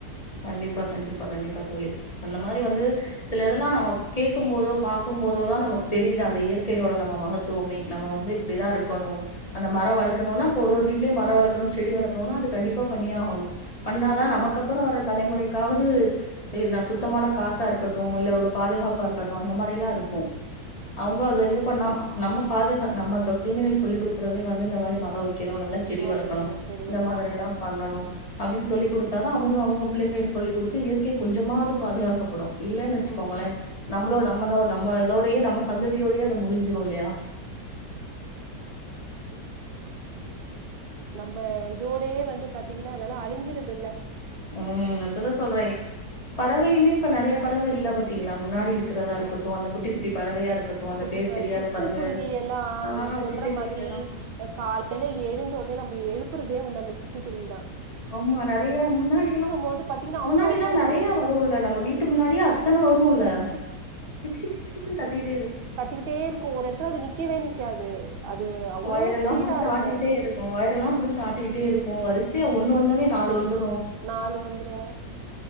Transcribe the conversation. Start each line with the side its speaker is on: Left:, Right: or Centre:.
Left: கண்டிப்பா கண்டிப்பா கண்டிப்பா தோழி அந்த மாரி வந்து சில இதெல்லா நம்ம கேட்கு போதோ பார்க்கு போதோதா நமக்கு தெரியுது அந்த இயற்கையோட நம்ம மகத்துவமே நம்ம வந்து இப்படிதா
Right: ம்
Left: இருக்கணு அந்த மர வளகணுனா ஒரோரு வீட்டிலேயே மர வளர்க்கணு செடி வளர்க்கணும்னா அது கண்டிப்பா பண்ணி ஆகுனு பண்ணாதா
Right: ம்
Left: நமக்கு
Right: கண்டிப்பா
Left: அப்புற அவர தலைமுறைக்காவது நா சுத்தமான காத்தா இருக்கட்டு இல்ல ஒரு பாதுகாப்பா இருக்கு கட்டு அந்த மாரி எல்லா
Right: கண்டிப்பா
Left: இருக்கு அவுங்க அது இது பண்ணாம நம்ம பாதுகா நம்ம இப்ப குழந்தைகளுக்கு சொல்லிக் கொடுக்கறதே வந்து இந்த மாரி மர வைக்கணு நல்லா செடி
Right: மர
Left: வளர்க்கணு
Right: வைக்கணு செடி
Left: இந்த
Right: வளக்கணு
Left: மாதிரி எல்லா பண்ணணு அப்பிடின்னு சொல்லி் கொடுத்தாதா அவுங்க அவுங்க பிள்ளைங்களு சொல்லிகொடுத்து இயற்கை கொஞ்சமாவது பாதுகாக்கப்படு இல்லன்னு வச்சுக்கோங்களே
Right: ம்
Left: நம்மளோட <unintelligible> நம்ம இதோடைய நம்ம சந்ததியோடைய முடிஞ்சிடு இல்லையா
Right: நம்ப இதோடே வந்து பாத்தீங்கன்னா அதெல்லா அழிஞ்சிறுது இல்ல
Left: உம்
Right: ஆ
Left: அததுதா சொல்றே பறவையுமே இப்ப நறைய பறவ இல்ல பாத்தீங்களா முன்னாடி இருக்கிறதா இருக்கட்டு அந்த குட்டிட்டி பறவையா இரு இருக்கட்டு அந்த
Right: குட்டிப்ப
Left: பேர் தெரியாத
Right: சிட்டுக்குருவி
Left: பறவையா
Right: எல்லா
Left: ஆ
Right: நீங்க சொல்ற
Left: சிட்டுக்குருவி
Right: மாதிரி
Left: எல்லா
Right: காலையில எழுந்தோடன நம்ம எழுப் அதே வ அந்த சிட்டுக்குருவிதா
Left: ஆமா நறைய முன்னாடி எல்லா
Right: போது பாத்தீங்கன்னா
Left: முன்னாடி
Right: அவ்ளோ அழகா
Left: எல்லா
Right: இருக்கு
Left: நறைய வரும் இல்ல நம்ம வீட்டு முன்னாடியே அத்தன வரும் இல்ல
Right: கிச்சு
Left: கிச்ச கிச்சன்னு கத்துிட்டே
Right: கத்துக்கிட்டே இருக்கும் ஒரு இடத்துல அது நிக்கவே நிக்காது அது அவ்ளோ
Left: ஒயர் எல்லாம்
Right: ஸ்பீடா
Left: புடிச்சு
Right: இருக்கும்.
Left: ஆட்டிட்டே இருக்கும் ஒயர எல்லாம் புடிச்சு ஆட்டிக்கிட்டே இருக்கும் வரிசை ஒ வந்தோனே நாலு வந்தும்
Right: நாலு வந்துரும்